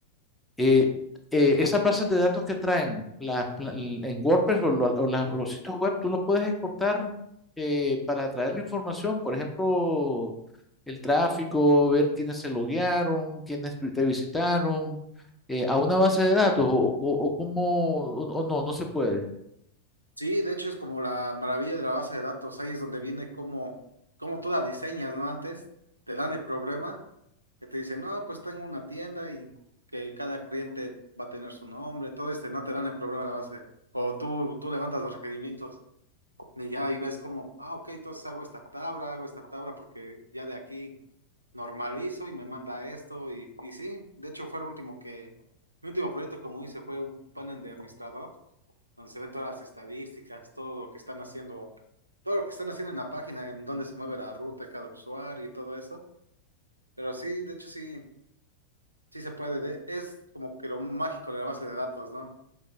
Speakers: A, in the centre; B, on the right (about 80°).
A: Eh, eh, esas bases de datos que traen las pla- en WordPress o, lo- o las- los sitios web, tú los puedes exportar eh, para traer la información, por ejemplo, el tráfico, ver quiénes se loguearon, quiénes vi- te visitaron, eh, a una base de datos o, o, o cómo, o, o no, no se puede.
B: Sí, de hecho es como la maravilla de la base de datos. Ahí es donde viene cómo, cómo tú la diseñas, ¿no? Antes te dan el problema que te dicen, no, pues tengo una tienda y que cada cliente va a tener su nombre, todo este, no te dan el problema de la base. O tú, tú levantas los requerimientos y ya ahí ves como, ah, ok, entonces hago esta tabla, hago esta tabla porque ya de aquí normalizo y me manda esto. Y, y sí, de hecho fue el último que, mi último proyecto como hice fue un panel de administrador donde se ven todas las estadísticas, todo lo que están haciendo, todo lo que están haciendo en la página, en dónde se mueve la ruta de cada usuario y todo eso. Pero sí, de hecho sí, sí se puede. de- es como que lo mágico de la base de datos, ¿no?